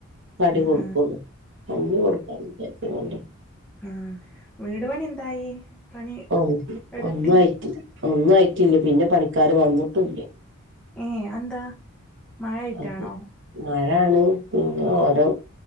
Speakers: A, on the right; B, in the centre.
A: കടി
B: ആ
A: കൊടുക്കും
B: ആ
A: കഞ്ഞി കൊടുക്കാ <unintelligible>
B: ആഹ് വീട് പണി എന്തായി പണി
A: ആഹ്
B: എവിടെത്തി
A: ഒന്നു ആയിറ്റില്ല ഒന്നും ആയിറ്റില്ല പിന്നെ പണിക്കാര് വന്ന്ട്ടുല്ല
B: ഏഹ് അതെന്താ മഴയായിട്ടാണോ
A: അത് മഴാണ് പിന്നെ ഓരോ